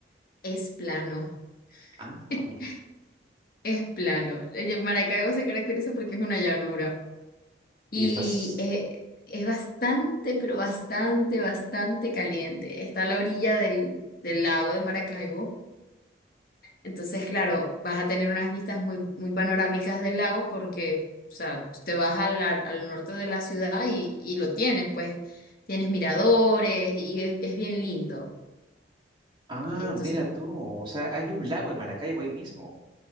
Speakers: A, on the left (about 50°); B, on the right (about 25°).
A: Es plano,
B: Ah,
A: <laughs>
B: amigo.
A: es plano. Eh, Maracaibo se caracteriza porque es una llanura. Y
B: Y estás...
A: eh, es bastante, pero bastante, bastante caliente. Está a la orilla del, del lago de Maracaibo. Entonces, claro, vas a tener unas vistas muy, muy panorámicas del lago porque, o sea, te vas al, la- al norte de la ciudad y, y lo tienes, pues tienes miradores y es, es bien lindo.
B: Ah,
A: Entonces,
B: mira
A: pu-
B: tú, o sea,
A: pu-
B: hay un lago en Maracaibo ahí mismo.